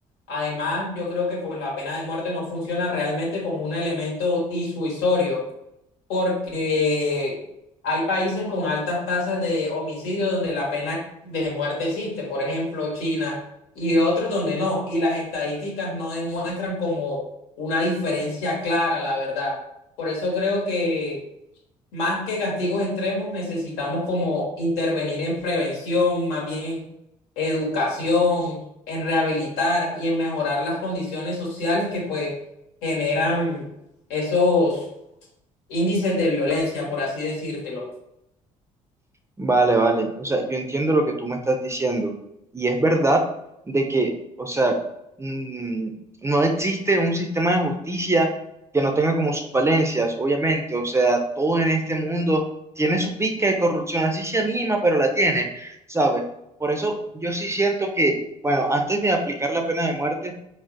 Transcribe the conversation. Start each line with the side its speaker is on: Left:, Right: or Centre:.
Left: Además, yo creo que pues la pena de muerte no funciona realmente como un elemento disuasorio, porque hay países con altas tasas de homicidio donde la pena de muerte existe, por ejemplo, China y otros donde no, y las estadísticas no demuestran como una diferencia clara, la verdad. Por eso creo que más que castigos extremos, necesitamos como intervenir en prevención, más bien educación, en rehabilitar y en mejorar las condiciones sociales que pues generan esos índices de violencia, por así decírtelo.
Right: Vale, vale. O sea, yo entiendo lo que tú me estás diciendo. Y es verdad de que, o sea, mm, no existe un sistema de justicia que no tenga como sus falencias, obviamente. O sea, todo en este mundo tiene su pizca de corrupción, así sea mínima, pero la tiene, ¿sabes? Por eso yo sí siento que, bueno, antes de aplicar la pena de muerte,